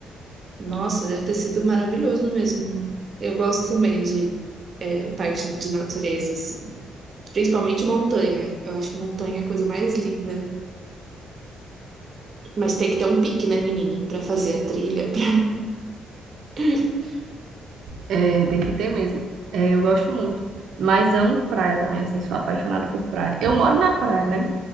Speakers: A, on the right; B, on the right.
A: Nossa, deve ter sido maravilhoso mesmo. Eu gosto também de é, parte de natureza, assim. Principalmente montanha. Eu acho montanha a coisa mais linda. Mas tem que ter um pique, né, menina? Pra fazer a trilha. pra- <laughs>
B: É, tem que ter mesmo. É, eu gosto muito. Mas amo praia também, assim, sou apaixonada por praia. Eu moro na praia, né?